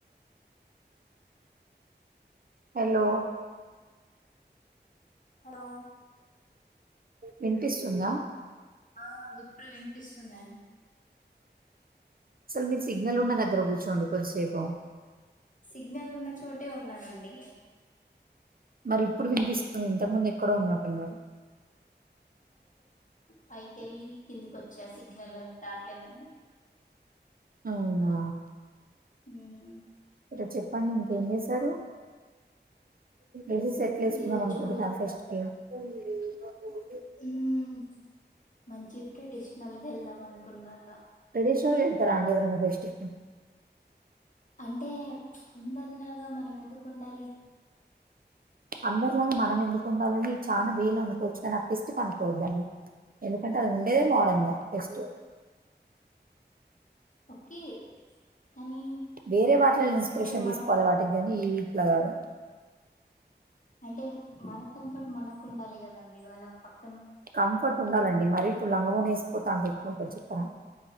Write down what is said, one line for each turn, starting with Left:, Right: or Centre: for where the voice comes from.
Right: హలో
Left: హాలో
Right: వినిపిస్తుందా
Left: ఆ ఇప్పుడు వినిపిస్తుందండి.
Right: అసలు మీరు సిగ్నల్ ఉన్న దగ్గర కూర్చోండి కొద్దిసేపు
Left: సిగ్నల్ ఉన్న చోటే ఉన్నానండి.
Right: మరి ఇప్పుడు వినిపిస్తు అను ఇంతకు ముందు ఎక్కడో ఉన్నాట్టున్నారు
Left: పై కెళ్లి కిందికి వచ్చా సి లలో దాట్లేదుని
Right: అవునా
Left: హ్మ్మ్
Right: సరే చెప్పండి ఇంకేం చేశారు ఏది సెట్లు ఏసుకుందాం
Left: ఈరోజు
Right: అనుకుంటున్నారా ఫెస్ట్ కి <unintelligible>
Left: ఉమ్మ్ మంచి ట్రెడిషనల్గా వెళ్దాం అనుకున్నాన్న
Right: రరేష్ త అండి ఎవరన్న ఫెస్ట్ కి
Left: అంటే అందరిలాగా మనం ఎందుకు ఉండాలి
Right: అందరిలాగా మనం ఎందుకు ఉండాలని చాలా వేలు అనుకోవచ్చు కాని ఆ ఫెస్ట్ క అనుకోవద్దండి ఎందుకంటే అది ఉండేదే మోడర్న్ గా ఫెస్ట్
Left: ఓకే కానీ
Right: వేరే వాటల ఇన్స్పిరేషన్
Left: అంటే మన
Right: తీసుకోవాలి వాటికి కానీ ఈ అట్లా గాదు
Left: అంటే మన కంఫర్ట్ మనకు ఉండాలి కదండి వాళ్ళ పక్క
Right: కంఫర్ట్ ఉండాలండి మరి ఇప్పుడు లంగ ఓని వేసుకోతా అంటే అట్లా ఉంటది చెప్పరా